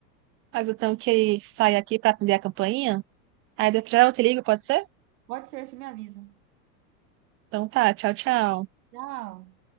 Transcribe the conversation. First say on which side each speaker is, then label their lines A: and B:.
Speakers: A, on the right; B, on the right.
A: Mas eu tenho que sair aqui para atender a campainha. Aí depois eu te ligo, pode ser?
B: Pode ser, você me avisa.
A: Então tá, tchau, tchau.
B: Tchau.